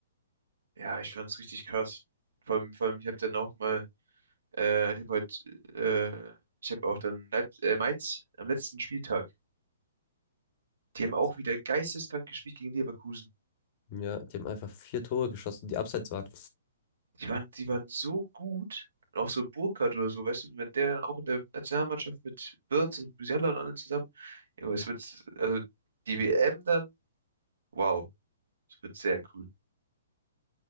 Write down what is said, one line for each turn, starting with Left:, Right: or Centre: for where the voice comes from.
Right: ja, ich fand's richtig krass. Vor allem, vor allem, ich habe dann auch mal. Äh, ich habe heute, äh, ich habe auch dann Leip äh, Mainz am letzten Spieltag. Die haben
Left: Was?
Right: auch wieder geisteskrank gespielt gegen Leverkusen.
Left: Ja, die haben einfach vier Tore geschossen, die abseits waren.
Right: Die waren, die waren so gut. Und auch so Burkhardt oder so, weißt du, wenn der dann auch in der Nationalmannschaft mit Wirtz und Musiala und allen zusammen, ja, es wird, also die WM dann, wow, es wird sehr cool.